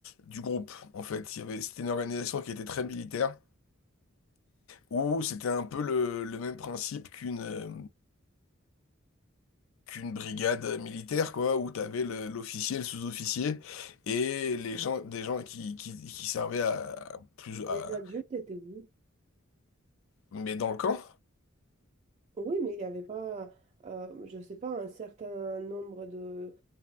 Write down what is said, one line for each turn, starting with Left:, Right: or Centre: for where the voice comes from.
Left: du groupe, en fait. Il y avait, c'était une organisation qui était très militaire, où c'était un peu le, le même principe qu'une euh, qu'une brigade militaire, quoi, où tu avais l'officier, le sous-officier, et les gens, des gens qui, qui, qui servaient à, à plus à,
Right: les adultes étaient où?
Left: mais dans le camp,
Right: Oui, mais il n'y avait pas, euh, je ne sais pas, un certain nombre de,